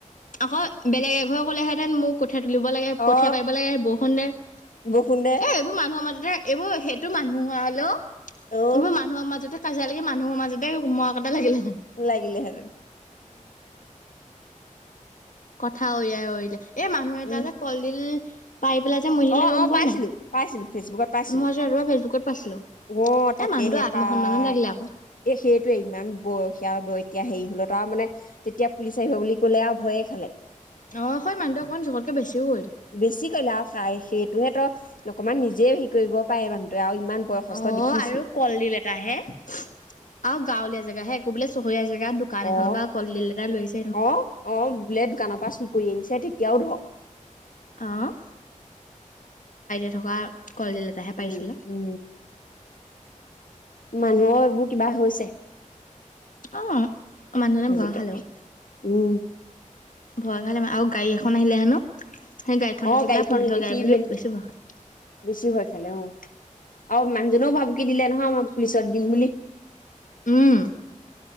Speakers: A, on the left; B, on the left.
A: আকৌ বেলেগ এঘৰে কলেহেঁতেন মোক কঠিয়া তুলিব লাগে কঠিয়া
B: অ
A: পাৰিব লাগে বৰষুণ দে এ
B: বৰষুণ দে
A: এইবোৰ মানুহৰ মাজতে এইবোৰ সেইটো মানুহ হোৱা হলেও
B: অ
A: মানুহৰ মাজতে কা তিলৈকে মানুহ মাজতে কুমুৱা কটা লাগিলে
B: লাগিলে হেতেন।
A: কথা উয়াই ওয়াই। এই মানুহ এটা
B: উম
A: যে কলডিল পাৰি পেলাই যে মৰিলে
B: অ
A: গম
B: অ
A: পোৱা
B: পাইছিলো
A: নাই?
B: পাইছিলো ফেচবুকত পাইছিলো
A: মই যে ৰাতিপুৱা ফেচবুকত পাইছিলো।
B: অ তাকেহে
A: এ মানুহটো আত্মসন্মানত
B: পাই
A: লাগিলে আকৌ।
B: এ সেইটোৱে ইমান বয়সীয়া ব তেতিয়া হেৰি হলত আৰু মানে যেতিয়া পুলিচ আহিব বুলি কলে আৰু ভয়ে খালে।
A: অ হয় মানুহটো অকমান জোখতকে বেছিও কৰিলে।
B: বেছি কৰিলে আৰু খাই সেইটোহে তো অকমান নিজে হেৰি কৰিব পাৰে মানুহটে আৰু ইমান বয়সস্থ
A: অ
B: দেখিছি
A: আৰু কলডিল এটা হে আৰু গাঁৱলীয়া জেগা হে একো বোলে চহৰীয়া যে - দোকান
B: অ
A: এখনৰ বা কলডিল এটা লৈছে
B: অ অ বোলে দোকানৰ পৰা চু কৰি আনিছে তেতিয়া ধ
A: আহ <unintelligible> থকা কলডিল এটাহে পাৰিছিলে।
B: উ উ মানুহৰ এইবোৰ কিবা হৈছে।
A: অ মানুহজনে
B: আজিকাল
A: ভয় খালে অ',
B: উম
A: ভয় খালে আৰু গাড়ী এখন আহিলে হেনো। সেই
B: অ
A: দেখি পেলাই
B: গাড়ীখন
A: পুলিচৰ
B: দেখি
A: গাড়ী বুলি
B: মেইন
A: বেছি ভয় খালে।
B: বেছি ভয় খালে অ আৰু মানুহজনেও ভাবকি দিলে নহয় পুলিছত দিম বুলি।
A: উম